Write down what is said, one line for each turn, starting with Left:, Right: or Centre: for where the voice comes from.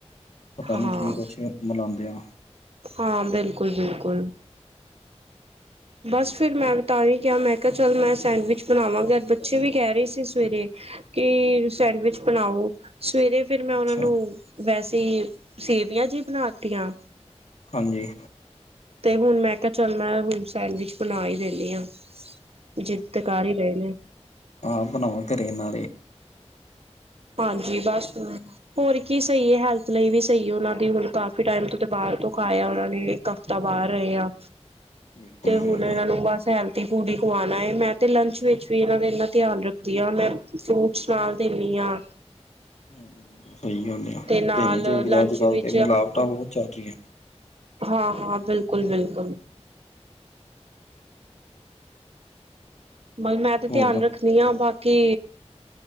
Left: ਪਤਾ
Right: ਹਾਂ
Left: ਨਹੀਂ ਕੀ ਕੁਛ ਏ ਮਿਲਾਉਂਦੇ ਆਂ
Right: ਹਾਂ ਬਿਲਕੁਲ-ਬਿਲਕੁਲ ਬਸ ਫੇਰ ਮੈਂ ਤਾਹੀ ਕਿਹਾ ਮੈਂ ਕਿਹਾ ਚੱਲ ਮੈਂ ਸੈਂਡਵਿਚ ਬਣਾਵਾਂਗੇ ਬ ਬਚੇ ਵੀ ਕਹਿ ਰਹੇ ਸੀ ਸਵੇਰੇ ਕਿ ਸੈਂਡਵਿਚ ਬਣਾਓ ਸਵੇਰੇ ਫਿਰ ਮੈਂ
Left: ਅੱਛਾ
Right: ਉਹਨਾਂ ਨੂੰ ਵੈਸੇ ਸੇਵੀਆਂ ਜੀ ਬਣਾਤੀਆਂ
Left: ਹਾਂਜੀ
Right: ਤੇ ਹੁਣ 'ਮੈਂ ਕਿਹਾ ਚੱਲ ਮੈਂ ਹੁਣ ਸੈਂਡਵਿਚ ਬਣਾ ਹੀ ਦੇਨੀ ਆਂ ਜਿੱਦ ਤੇ ਕਰ ਹੀ ਰਹੇ ਨੇ
Left: ਹਾਂ ਬਨਾਉ ਘਰੇ ਇਹਨਾਂ ਦੇ
Right: ਹਾਂਜੀ ਬਸ ਹੋਰ ਕੀ ਸਹੀ ਏ ਹੈਲਥ ਲਈ ਵੀ ਸਹੀ ਉਹਨਾਂ ਦੀ ਹੁਣ ਕ ਟਾਈਮ ਤੋਂ ਬਾਹਰ ਤੋਂ ਖਾਇਆ ਉਹਨਾ ਨੇ ਇੱਕ ਹਫਤਾ ਬਾਹਰ ਰਹੇ ਆ
Left: ਬਿਲਕੁਲ
Right: ਤੇ
Left: ਬਿਲਕੁਲ
Right: ਹੁਣ ਇਹਨਾਂ ਨੂੰ ਬਸ ਹੈਲ ਦੀ ਫ਼ੂਡ ਹੀ ਖਵਾਉਣਾ ਏ ਮੈਂ ਤੇ ਲੰਚ ਵਿੱਚ ਵੀ ਇਹਨਾਂ ਦਾ ਇੰਨਾ ਧਿਆਨ ਰੱਖਦੀ ਹਾਂ ਮੈਂ ਫਰੂਟਸ ਨਾਲ ਦਿੰਨੀ ਆਂ
Left: ਹਮੁ ਸਹੀ ਗੱਲ ਆ
Right: ਤੇ ਨਾਲ
Left: ਦੇਣੀ ਚਾਹੀਦੀ
Right: ਲੰਚ
Left: ਅੱਜ ਕੱਲ
Right: ਵਿੱਚ
Left: ਤੇ ਮਿਲਾਵਟਾਂ ਬਹੁਤ ਚਲ ਰਹੀਆਂ
Right: ਹਾਂ-ਹਾਂ ਬਿਲਕੁਲ-ਬਿਲਕੁਲ ਪਰ ਮੈਂ ਤੇ
Left: ਹੋਰ
Right: ਧਿਆਨ ਰੱਖਣੀ ਆਂ ਬਾਕੀ